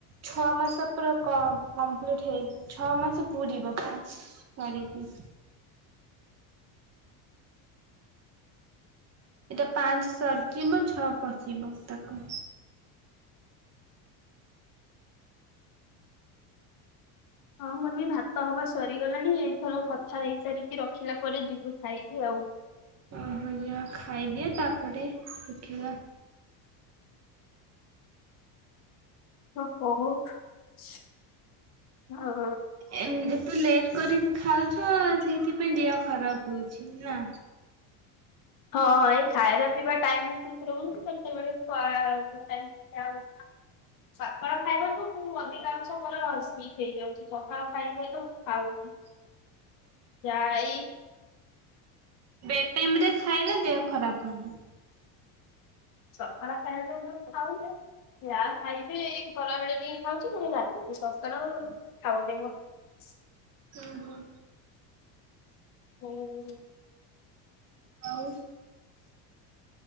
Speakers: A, on the right (about 35°); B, on the left (about 50°).
A: ଛଅ ମାସ ପୁର କମ୍ପ୍ଲିଟ ହେଇ ଛଅ ମାସ ପୁରିବ ପାଞ୍ଚ ତାରିଖକି। ଏଇଟା ପାଞ୍ଚ ସରିଯିବ ଛଅ ପଶିବ ତାକୁ।
B: ହଁ ମୋର ବି ଭାତ ହବା ସରିଗଲାଣି, ଏଇଥର କଥା ହେଇ ସାରିକି ରଖିଲା ପରେ ଯିବୁ ଖାଇବୁ ଆଉ। <unintelligible>
A: ଉଁ ହୁଁ ଯାଅ ଖାଇଦିଅ ତାପରେ ଶିଖିବା।
B: ହଁ ବହୁତ୍ <unintelligible>
A: ଏ ଏତେ ଲେଟ୍ କରି ଖାଉଛ ସେଇଥିପାଇଁ ଦେହ ଖରାପ ହଉଛି ନା।
B: ହଁ ଏଇ ଖାଇବା ପିଇବା ଟାଇମ ସେମତି ରହୁନି ସେତେବେଳେ <unintelligible> ସକାଳ ଖାଇବା ତ ମୁଁ ଅଧିକାଂଶ ମୋର ସ୍ଲିପ୍ ହେଇଯାଉଛି ସକାଳ ଖାଇବା ତ ଖାଉନି।
A: ହ
B: ଯାଇ
A: ବେଟାଇମରେ ଖାଇଲେ ଦେହ ଖରାପ ହବ।
B: ସକାର ଚାହିଁଲେ କହିବେ। ଯାହା ଖାଇବି ଏଇ ଖରାବେଳେ ଟିକେ ଖାଉଛି ପୁଣି ରାତିକୁ ସକାଳ ଖାଉନି ମୁଁ। ବସ୍
A: ଉହ୍ନ।
B: ହୁଁ।
A: ଆଉ।